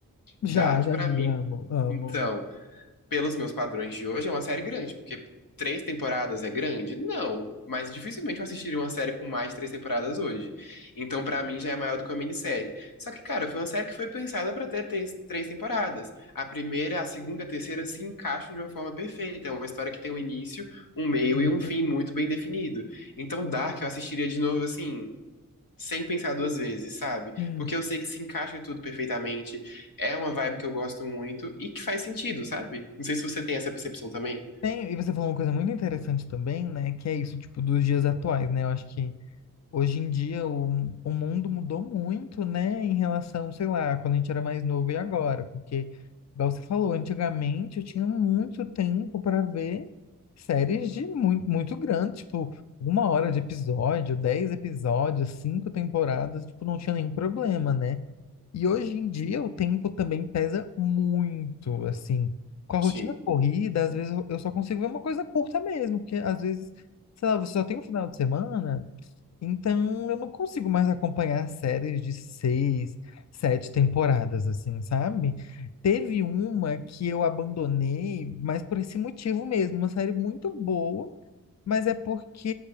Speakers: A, on the left; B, on the left.
A: Já,
B: Dark,
A: já
B: para
A: vi,
B: mim,
A: amo, amo.
B: então, pelos meus padrões de hoje, é uma série grande, porque três temporadas é grande? Não, mas dificilmente eu assistiria uma série com mais de três temporadas hoje. Então, pra mim, já é maior do que uma minissérie. Só que, cara, foi uma série que foi pensada pra ter três, três temporadas. A primeira, a segunda e a terceira se encaixam de uma forma perfeita. É uma história que tem um início, um meio
A: Amo.
B: e um fim muito bem definido. Então, Dark eu assistiria de novo assim sem pensar duas vezes, sabe?
A: Sim,
B: Porque eu sei que se encaixa tudo perfeitamente, é uma vibe que eu gosto muito e que faz sentido, sabe? Não sei se você tem essa percepção também.
A: tem, e você falou uma coisa muito interessante também, né? Que é isso, tipo, dos dias atuais, né? Eu acho que hoje em dia o, o mundo mudou muito, né? Em relação, sei lá, quando a gente era mais novo e agora, porque, igual você falou, antigamente eu tinha muito tempo para ver séries de muito, muito grande, tipo, uma hora de episódio, dez episódios, cinco temporadas, tipo, não tinha nenhum problema, né? E hoje em dia o tempo também pesa muito, assim. Com a rotina
B: Sim.
A: corrida, às vezes eu eu só consigo ver uma coisa curta mesmo, porque às vezes, sei lá, você só tem um final de semana, então eu não consigo mais acompanhar séries de seis, sete temporadas, assim, sabe? Teve uma que eu abandonei, mas por esse motivo mesmo, uma série muito boa mas é porque